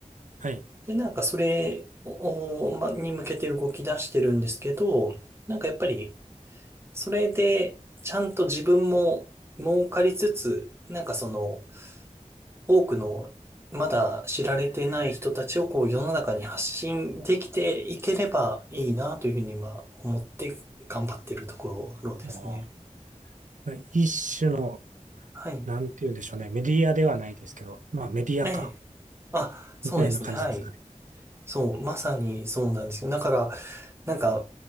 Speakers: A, on the right; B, on the right.
A: はい。
B: で、なんかそれを、まあ、に向けて動き出してるんですけど、なんかやっぱり、それで、ちゃんと自分も儲かりつつ、なんかその、多くのまだ知られてない人たちをこう世の中に発信できていければいいなというふうには思って頑張ってるところですね。
A: あー一種の、
B: はい。
A: なんて言うんでしょうね。メディアではないですけど、まあメディアか、
B: ええ。あ、そうですね。
A: みたいな感じですかね。
B: はい。そう、まさにそうなんですよ。だから、なんか、